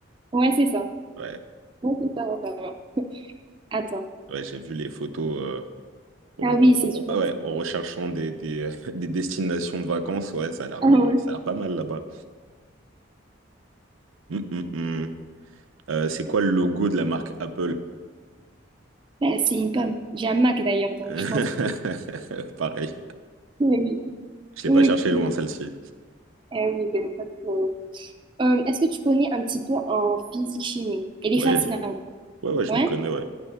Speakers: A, on the right (about 25°); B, on the right (about 80°).
A: Ouais, c'est ça.
B: Ouais,
A: Ouais, c'est ça, ça va. Attends.
B: ouais, j'ai vu les photos. euh, En,
A: Ah oui, c'est
B: en-
A: super.
B: ouais, en recherchant des, des, <laughs> des destinations de vacances, ouais, ça a l'air
A: Ah
B: euh,
A: ouais.
B: ça a l'air pas mal là-bas. Hum, hum, hum. Euh, c'est quoi le logo de la marque Apple?
A: Bah, c'est une pomme. J'ai un Mac d'ailleurs,
B: <laughs>
A: donc je pense.
B: Pareil.
A: Oui,
B: Je l'ai
A: oui.
B: pas cherché
A: Ok.
B: loin, celle-ci.
A: Eh oui, ben, pas trop. Euh, est-ce que tu connais un petit peu en physique-chimie? Elle est
B: Ouais,
A: facile, hein.
B: ouais, ouais, je
A: Ouais?
B: m'y connais, ouais.